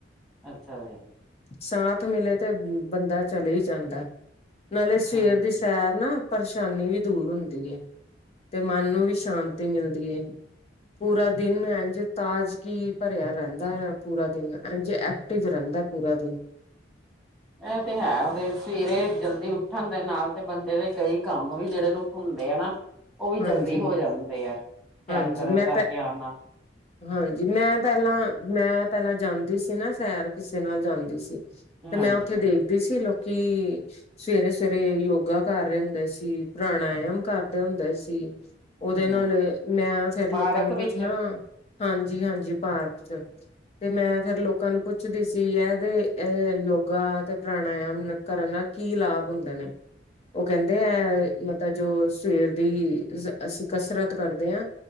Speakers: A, in the centre; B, on the left.
A: ਅੱਛਾ ਜੀ।
B: ਸਾਥ ਮਿਲੇ ਤੇ ਬੰਦਾ ਚਲੇ ਈ ਜਾਂਦਾ, ਨਾਲੇ ਸਵੇਰ
A: ਹਾਂਜੀ
B: ਦੀ ਸੈਰ ਨਾ ਪਰਸ਼ਾਨੀ ਵੀ ਦੂਰ ਹੁੰਦੀ ਏ, ਤੇ ਮਨ ਨੂੰ ਵੀ ਸ਼ਾਂਤੀ ਮਿਲਦੀ ਏ। ਪੂਰਾ ਦਿਨ ਐਂਂਜ ਤਾਜਗੀ ਭਰਿਆ ਰੈਂਦਾ ਆ ਪੂਰਾ ਦਿਨ, ਐਂਜ ਐਕਟਿਵ ਰੈਂਦਾ ਪੂਰਾ ਦਿਨ।
A: ਐ ਤੇ ਹੈ ਵੇ ਸਵੇਰੇ ਜ਼ਲਦੀ ਉੱਠਣ ਦੇ ਨਾਲ ਤੇ ਬੰਦੇ ਦੇ ਕਈ ਕੰਮ ਵੀ ਜੇੜੇ ਰੁਕ ਹੁੰਦੇ ਆ ਨਾ ਓ ਵੀ
B: ਹਾਂਜੀ
A: ਜ਼ਲਦੀ ਹੋ ਜਾਂਦੇ ਐ, ਸੈਰ
B: ਹਾਂਜੀ
A: ਕਰਨ
B: ਮੈਂ
A: ਕਰਕੇ
B: ਪਹਿ
A: ਆਣ ਨਾਲ।
B: ਹਾਂਜੀ ਮੈਂ ਪੈਲਾਂ ਮੈਂ ਪੈਲਾਂ ਜਾਂਦੀ ਸੀ ਨਾ ਸੈਰ ਕਿਸੇ ਨਾਲ ਜਾਂਦੀ ਸੀ
A: ਹਾਂਜੀ
B: ਤੇ ਮੈਂ ਓਥ ਓਥੇ ਦੇਖਦੇ ਸੀ ਲੋਕੀ ਸਵੇਰੇ ਸਵੇਰੇ ਯੋਗਾ ਕਰ ਰਏ ਹੁੰਦੇ ਸੀ, ਪ੍ਰਣਾਯਮ ਕਰਦੇ ਹੁੰਦੇ ਕੀ ਓਦੇ
A: ਹਮ
B: ਨਾਲ ਮੈਂ ਫੇਰ
A: ਪਾਰਕ
B: ਲੋਕਾਂ ਨੂੰ ਪੁੱਛਣਾ
A: ਵਿੱਚ
B: ਹਾਂਜੀ ਹਾਂਜੀ ਪਾਰਕ 'ਚ। ਤੇ ਮੈਂ ਫੇਰ ਲੋਕਾਂ ਨੂੰ ਪੁੱਛਦੀ ਸੀ ਐਦੇ ਅ ਯੋਗਾ ਤੇ ਪ੍ਰਣਾਯਮ ਕਰਨ ਨਾਲ ਕੀ ਲਾਭ ਹੁੰਦੇ ਨੇ, ਓ ਕੈਂਦੇ ਐ ਮਤਾ ਜੋ ਸਵੇਰ ਦੀ ਜ ਅਸੀਂ ਕਸਰਤ ਕਰਦੇ ਆਂ।